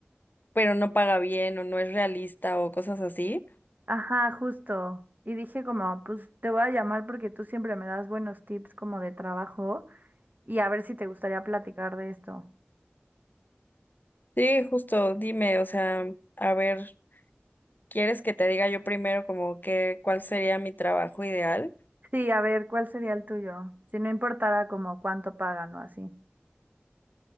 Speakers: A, on the left; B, on the right.
A: pero no paga bien o no es realista o cosas así.
B: Ajá, justo. Y dije como, pues te voy a llamar porque tú siempre me das buenos tips como de trabajo y a ver si te gustaría platicar de esto.
A: Sí, justo, dime, o sea, a ver, ¿quieres que te diga yo primero como que cuál sería mi trabajo ideal?
B: Sí, a ver, ¿cuál sería el tuyo? Si no importara como cuánto pagan o así.